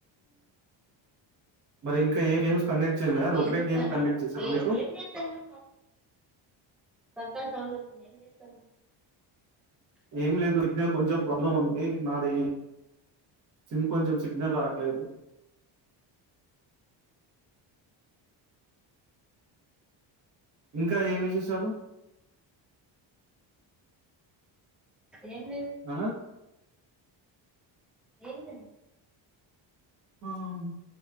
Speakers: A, on the right; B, in the centre.
A: మరి ఇంకా ఏం గేమ్స్ కండక్ట్ చేయలే అది
B: ఏం
A: ఒకటే
B: చెప్తాను
A: గేమ్ కండక్ట్ చేసారా మీకు
B: ఏం చేస్తాను పక్కన సౌండ్ వచ్చింది ఏం చేస్తున్నావు
A: ఏం లేదు సిగ్నల్ కొంచెం ప్రాబ్లం ఉంది నాది సిమ్ కొంచెం సిగ్నల్ రావట్లేదు ఇంకా ఏమి విశేషాలు
B: ఏం లేదు
A: ఆ
B: ఏంటండి
A: అమ్